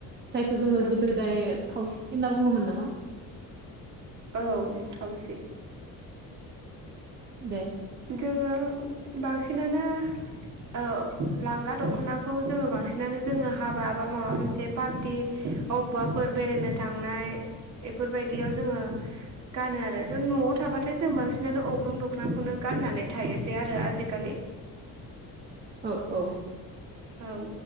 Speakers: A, on the right; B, on the right.
A: जायखौ जोङो
B: ओं
A: गोदो गोदाय थावसि होनना बुङोमोन नामा?
B: औ थावसि
A: दे
B: जोङो बांसिनानो औ लांगा दख'नाखौ जोङो बांसिनानो जोङो हाबा बा माबा मोनसे पार्टि अबाफोर बेरायनो थांनाय बेफोरबायदियाव जोङो गानो आरो जों न'आव थाबाथाय जों बांसिनानो अग्रं दखनाखौनो गाननानै थायोसै आरो आजिखालि
A: औ औ
B: ओं